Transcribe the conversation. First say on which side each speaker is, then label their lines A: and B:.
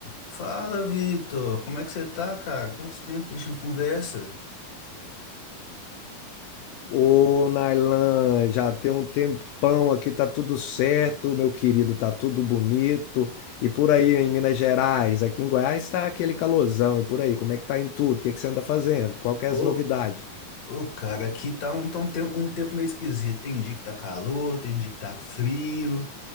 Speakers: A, on the left (about 40°); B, on the left (about 85°).
A: Fala, Vitor. Como é que você tá, cara? Quanto tempo que a gente não conversa?
B: Ô, Nailan, já tem um tempão aqui, tá tudo certo, meu querido, tá tudo bonito. E por aí em Minas Gerais, aqui em Goiás tá aquele calorzão, e por aí, como é que tá em tudo? O que é que você anda fazendo? Qual que é
A: Ô,
B: as novidades?
A: ô, cara, aqui tá um, tá um tempo, um tempo meio esquisito. Tem dia que tá calor, tem dia que tá frio,